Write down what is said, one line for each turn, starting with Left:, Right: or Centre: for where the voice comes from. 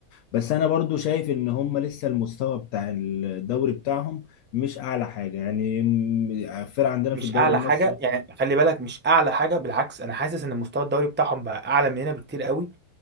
Left: بس انا برضو شايف ان هم لسه المستوى بتاع الدوري بتاعهم مش اعلى حاجه يعني م- الفرق عندنا
Right: مش
Left: في الدوري
Right: اعلى
Left: المصري
Right: حاجه يعني خلي بالك مش اعلى حاجه بالعكس انا حاسس ان مستوى الدوري بتاعهم بقى اعلى مننا بكتير قوي